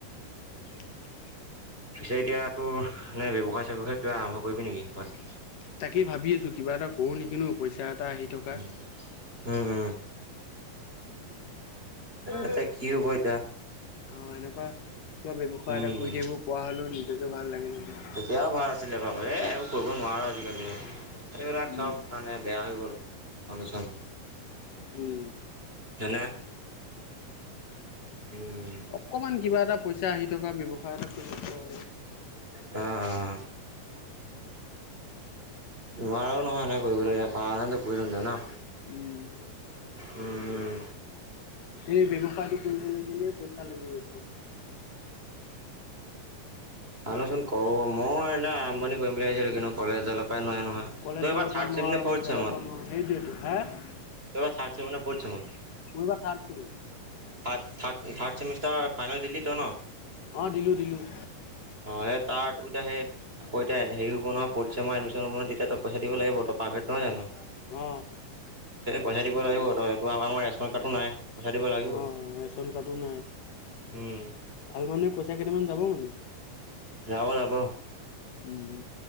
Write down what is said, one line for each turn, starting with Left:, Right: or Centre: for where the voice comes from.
Left: <inaudible>
Right: পিছে এতিয়াা তোৰ নে ব্যৱসায় চিৱসায় আৰম্ভ কৰিবি নেকি বাত-
Left: তাকে ভাবি আছোঁ কিবা এটা কৰোঁ নেকি ন পইচা এটা আহি- থকা
Right: উম উম উম- আ তা কি হ'ব এতয়া-
Left: অ এনেকুৱা কিবা ব্যৱসায়
Right: উম।
Left: এটা কৰি থাকিব পৰা হলেও নিজকে ভাল লাগিলে-
Right: এয়াও ভাল আছিলে বাৰু এই এইবোৰ কৰিব নোৱাৰোঁ আজিকালি- এইবিলাক
Left: উম।
Right: চব মানে বেয়া হৈ গ'ল অনুচন-
Left: উম-
Right: মানে- উম-
Left: অকমান কিবা এটা পইচা আহি থকা ব্যয়ৱসায় এটা কৰিব পৰা হলেওঁ
Right: অ অ- নোৱাৰা নহয় এনেকে কৰিবলৈ এতিয়া পাৰা হলে কৰিলোঁ হেতেন ন
Left: উম-
Right: উম,
Left: এই ব্যৱসায়টো কৰিব লাগিলে পইচা লাগিব এতিয়া-
Right: ভানোচোন কৰো মই এনে আৰম্ভণি কৰিম বুলি আহিছিলো কিন্তু কলেজডালৰ পৰাই নোৱাৰে নহয়-
Left: কলেজৰ
Right: তই এবাৰ থাৰ্ড
Left: পৰা নোৱাৰোঁ
Right: ছেম নে ফ'ৰ্থ
Left: সেইৰি
Right: ছেমত
Left: জলৰ পৰা নোৱাৰোঁ সেইটোৱেত হে-
Right: তই থাৰ্ড ছেমত নে ফৰ্থ চেমত
Left: মই এইবাৰ থাৰ্ড চেমত
Right: থাৰ্ড থ্ড থাৰ্ড ছেমিষ্টাৰ ফাইনেল দিল্লীটো ন-
Left: অঁ দিলোঁ দিলোঁ-
Right: অ সেই তাৰঠ <unintelligible> আক এতিয়া সেই হব নহয় ফৰ্থ চেমৰ এডমিশ্যন হব নহয় তেতিয়া তই পইচা দিব লাগিব ত তই প্ৰাইভেট নহয় জানো-
Left: অ
Right: পইচা দিব লাগিব তই এইটো আমাৰ ৰেচন কাৰ্ডো নাই- পইচাই দিব লাগিবই,
Left: অ ৰেচন কাৰ্ডো নাই
Right: উম
Left: ভাল মানুহে পইচা কেইটামান যাব মানে
Right: যাব, যাব।
Left: উম